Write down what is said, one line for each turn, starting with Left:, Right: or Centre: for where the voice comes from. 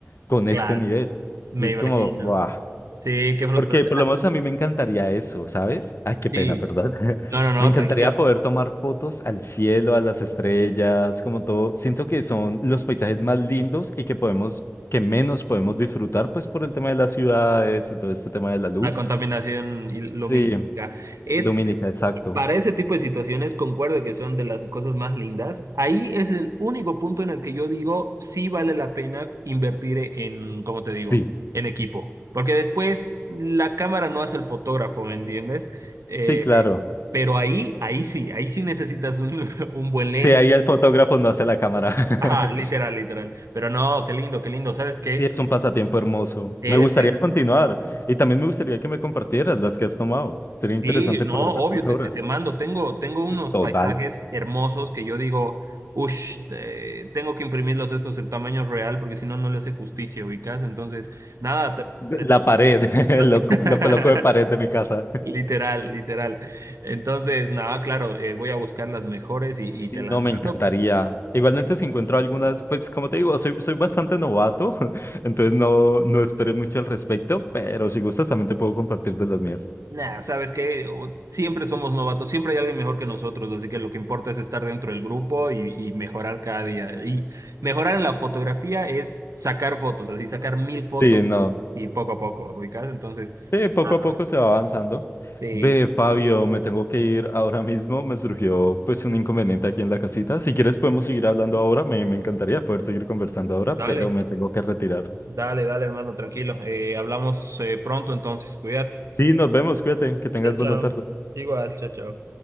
Left: con
Right: claro,
Left: este nivel.
Right: me
Left: Y es
Right: imagino.
Left: como, ¡buah!
Right: Sí, qué frustrante.
Left: Porque por
Right: Ah,
Left: lo menos a mí me encantaría eso, ¿sabes? Ay, qué pena,
Right: sí.
Left: perdón. <laughs>
Right: No, no, no,
Left: Me encantaría
Right: tranquilo.
Left: poder tomar fotos al cielo, a las estrellas, como todo. Siento que son los paisajes más lindos y que podemos, que menos podemos disfrutar, pues por el tema de las ciudades y todo este tema de la luz.
Right: La contaminación lumínica.
Left: Sí,
Right: Es,
Left: Lumínica, exacto.
Right: Para ese tipo de situaciones, concuerdo que son de las cosas más lindas. Ahí es el único punto en el que yo digo, sí vale la pena invertir en, como te
Left: Sí,
Right: digo, en equipo. Porque después la cámara no hace el fotógrafo, ¿me entiendes? Eh,
Left: sí, claro.
Right: pero ahí, ahí sí, ahí sí necesitas un, <laughs> un buen lente.
Left: Sí, ahí el fotógrafo no hace la cámara. <laughs>
Right: Ajá, literal, literal. Pero no, qué lindo, qué lindo. ¿Sabes qué?
Left: Sí, es un pasatiempo hermoso.
Right: Es,
Left: Me gustaría
Right: es
Left: continuar y también me gustaría que me compartieras las que has tomado. Sería
Right: Sí,
Left: interesante
Right: no,
Left: poder
Right: obvio,
Left: ver tus
Right: te,
Left: obras.
Right: te, te mando. Tengo, tengo unos
Left: Total.
Right: paisajes hermosos que yo digo, ush, eh, tengo que imprimirlos estos en tamaño real porque si no, no le hace justicia, ubicas. Entonces, nada, te- te-
Left: La pared, <laughs>
Right: la-
Left: lo, co-
Right: <laughs>
Left: lo coloco de pared de mi casa.
Right: literal, literal. Entonces, nada, claro, eh, voy a buscar las mejores y, y
Left: Sí,
Right: te
Left: no,
Right: las
Left: me
Right: mando.
Left: encantaría. Igualmente
Right: Sí.
Left: si encuentro algunas, pues como te digo, soy, soy bastante novato, <laughs> entonces no, no esperes mucho al respecto, pero si gustas también te puedo compartir de las mías.
Right: Nah, sabes que siempre somos novatos, siempre hay alguien mejor que nosotros, así que lo que importa es estar dentro del grupo y, y mejorar cada día. Y mejorar en la fotografía es sacar fotos, así sacar mil fotos
Left: Sí, no.
Right: y poco a poco, ubicás. Entonces,
Left: Sí, poco
Right: ah,
Left: a poco se va avanzando.
Right: sí,
Left: Ve,
Right: sí.
Left: Fabio, me tengo que ir ahora <laughs> mismo. Me surgió pues un inconveniente aquí en la casita. Si quieres podemos seguir hablando ahora. Me, me encantaría poder seguir conversando ahora,
Right: dale,
Left: pero me tengo que retirar.
Right: dale, dale, hermano, tranquilo. Eh, hablamos eh, pronto entonces, cuídate.
Left: Sí, nos vemos. Cuídate. Que tengas
Right: Chao,
Left: buena
Right: chao.
Left: tarde.
Right: Igual, chao, chao.